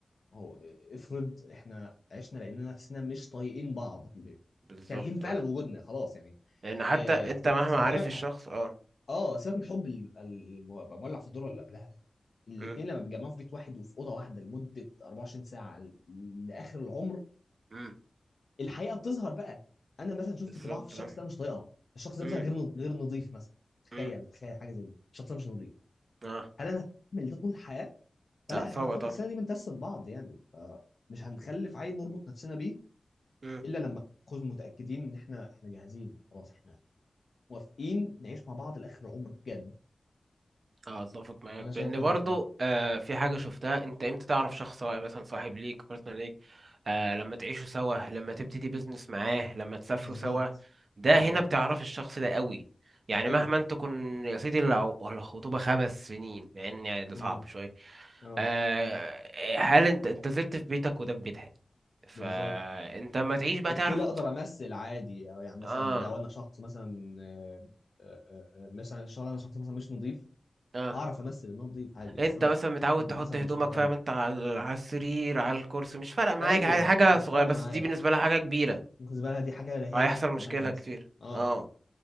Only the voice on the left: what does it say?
هو آه، افرض احنا عشنا لاننا نفسنا مش طايقين بعض في البيت
كارهين فعلا
وجودنا خلاص يعني
آه،
أصل
فاهمك
اه سيبك من الحب اللي بيبقى الم- بيبقى مولع في الدور اللي قبلها ده الاثنين
لما بيتجمعوا في بيت واحد وفي اوضه واحده لمده 24 ساعه ل- لاخر العمر
الحقيقه بتظهر بقى انا مثلا شفت
طباع في الشخص
ده مش طايقها الشخص ده
مثلا غير نض- غير نظيف مثلا تخيل
تخيل حاجه زي دي الشخص ده مش نظيف
هل انا هعمل ده طول الحياه فلا
احنا في فتره السنه دي بنتست بعض يعني فمش هنخلف عيل نربط نفسنا بيه
الا لما نكون متاكدين ان احنا احنا جاهزين خلاص احنا موافقين نعيش مع بعض لاخر العمر بجد
انا شايف
كده
بصراحه
بالظبط
بالظبط
ايوه
امم
اه
بالظبط
ستيل
اقدر امثل عادي أو يعني مثلا
لو انا شخص مثلا آه، آه، آه، مثلا شخص انا شخص مثلا مش نظيف
هعرف امثل ان انا نظيف عادي
بس انا
أنا
مثلا
مش مهتم
ايوه
مش
فارقه
معايا
ممكن الزباله دي حاجه هي
اللي تتحملها
مثلا
اه